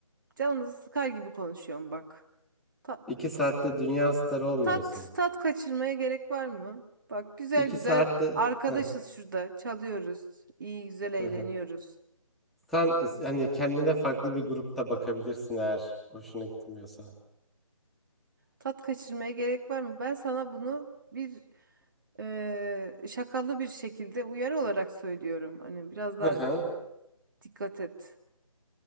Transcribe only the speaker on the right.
Canımızı sıkar gibi konuşuyorum bak. Ta-
tat tat kaçırmaya gerek var mı? Bak güzel
güzel
arkadaşız
şurada. Çalıyoruz. İyi güzel eğleniyoruz.
Tat kaçırmaya gerek var mı? Ben sana bunu bir Ee, şakalı bir şekilde uyarı olarak söylüyorum. Hani biraz daha
dikkat et.